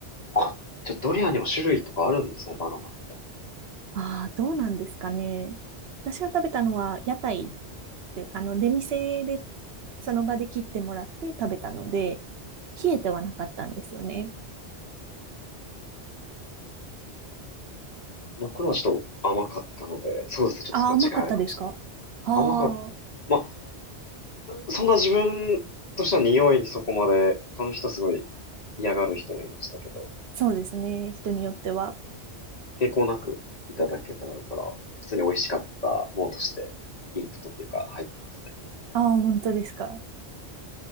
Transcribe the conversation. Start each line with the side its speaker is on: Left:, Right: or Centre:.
Left: あ、じゃあドリアンにも種類とかあるんですかねバナナみたいな。
Right: ああ、どうなんですかね。私が食べたのは屋台っていうか、あの、出店で、その場で切ってもらって食べたので、冷えてはなかったんですよね。
Left: 僕のはちょっと甘かったので、そうですね。ちょっとそこは違いあるかもしれ
Right: ああ、甘かったですかあ
Left: ない。甘かった。
Right: あ、
Left: まあ、そんな自分としては匂いにそこまで、他の人すごい嫌がる人もいましたけど、
Right: そうですね。人によっては。
Left: 抵抗なくいただけたから、普通に美味しかったものとして、インプットっていうか入ってますね。
Right: ああ、本当ですか。